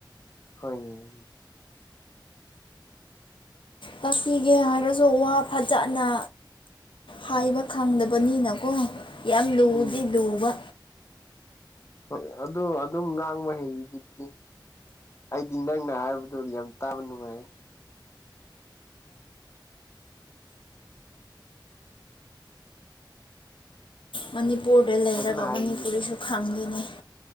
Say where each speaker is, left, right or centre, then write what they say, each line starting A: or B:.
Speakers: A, on the left; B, on the left.
A: ꯍꯣꯏꯅꯦ꯫
B: ꯇꯥꯛꯄꯤꯒꯦ ꯍꯥꯏꯔꯁꯨ ꯋꯥ ꯐꯖꯅ ꯍꯥꯏꯕ ꯈꯪꯗꯕꯅꯤꯅꯀꯣ ꯌꯥꯝ ꯂꯨꯗꯤ
A: ꯎꯝ
B: ꯂꯨꯕ꯫
A: ꯍꯣꯏ ꯑꯗꯨ ꯑꯗꯨꯝ ꯉꯥꯡꯕ ꯍꯩꯔꯤꯗꯨꯗꯤ꯫ ꯑꯩꯗꯤ ꯅꯪꯅ ꯍꯥꯏꯕꯗꯨ ꯌꯥꯝ ꯇꯥꯕ ꯅꯨꯡꯉꯥꯏ꯫
B: ꯃꯅꯤꯄꯨꯔꯗ ꯂꯩꯔꯒ
A: ꯐꯖꯅ ꯍꯥꯏꯕꯤꯕ
B: ꯃꯅꯤꯄꯨꯔꯤꯁꯨ ꯈꯪꯗꯦꯅꯦ꯫